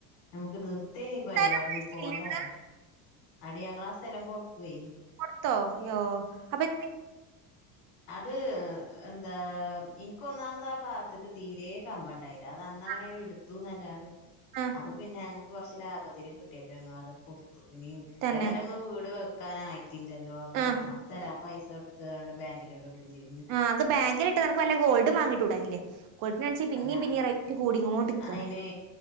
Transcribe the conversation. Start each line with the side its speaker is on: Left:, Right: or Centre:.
Left: നമുക്ക് നിർത്തേന ഈ പരിപാടി
Right: തരം പിടിച്ചില്ലേ
Left: ഇനീ പോണ്ട
Right: ഇങ്ങള്
Left: അറിഞ്ഞു അടി ഞങ്ങൾ ആ സ്ഥലം കൊടുത്തുവയി
Right: ത്തോ യ്യോ അപ്പെ
Left: അത് എന്താ എനിക്കൊന്നാമത ആ ഭാഗത്തക്ക് തീരെ കൺഫോർട്ടയിരുന്നു അത് അന്ന അങ്ങനെയ
Right: ആഹ്
Left: എടുത്തുന്നു അല്ലാതെ
Right: ആഹ്
Left: അപ്പൊ പിന്നെ ഞക്ക് കുറച്ച് ലാഭത്തിരി കിട്ടിയപ്പോൾ ഞങ്ങൾ അത് കൊടുത്തു ഇനി
Right: തന്നെ
Left: ഏതാലും നമ്മള് വീട് വെക്കാന പിട്ടില്ലല്ലോ അപ്പൊ
Right: ആഹ്
Left: സ്ഥല പൈസ കൊടുത്തണ്ട് ബാങ്കിലോടെ ഇടും ചെയ
Right: ആഹ്ക്ക് ബാങ്കിലിട്ട്നക്ക്ല്ല ഗോൾഡ് വാങ്ങിട്ടടൻില്ലേ ഗോൾഡിന് പിന്നേ
Left: ഞാ
Right: പിന്നെയും റേറ്റ് കൂടിങ്ങോണ്ട്ടുക്ക
Left: അയിനെ